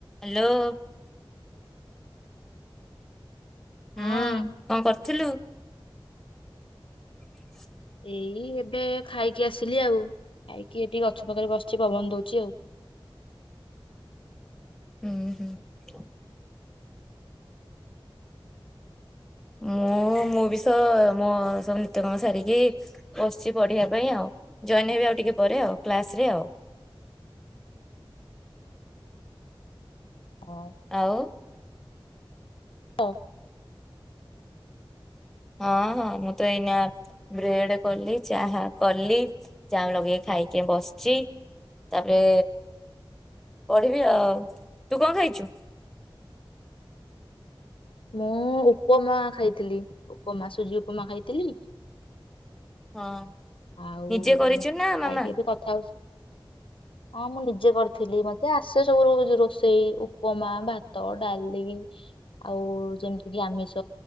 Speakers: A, in the centre; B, on the left.
A: Hello
B: ହଁ
A: ହୁଁ କଣ କରିଥୁଲୁ। <unintelligible>
B: ଏଇ ଏବେ ଖାଇକି ଆସିଲି ଆଉ ଖାଇକି ଏଠିକି ଗଛ ପାଖରେ ବସିଛି ପବନ ଦଉଛି ଆଉ।
A: ହୁଁ ହୁଁ। ମୁଁ ମୁଁ ବି ତ ମୋ ସବୁ ନିତ୍ୟକମ ସାରିକି ବସିଛି ପଢିବା ପାଇଁ ଆଉ ଜଏନ ହେବି ଆଉ ଟିକେ ପରେ ଆଉ କ୍ଲାସରେ ଆଉ।
B: ହଁ,
A: ଆଉ।
B: ହଁ।
A: ହଁ ହଁ ମୁଁ ତ ଏଇନା ବ୍ରେଡ କଲି ଚାହା କଲି ଚା ଲଗେଇି ଖାଇକି ବସିଚଛି ତାପରେ ପଢିବି ଆଉ ତୁ କଣ ଖାଇଛୁ।
B: ମୁଁ ଉପମା ଖାଇଥିଲି ଉପମା ସୁଜି ଉପମା ଖାଇଥିଲି।
A: ହଁ।
B: ଆଉ
A: ନିଜେ କରିଛୁ ନା ମାମା
B: ଖାଇକି ଏବେ କଥା ହଉଛି ହଁ ମୁଁ ନି। ଜ କରିଥିଲି ମତେ ଆସେ ସବୁ ରୋଷେଇ ଉପମା ଭାତ ଡାଲି ଆଉ ଯେମିତିକ ଆମିଷ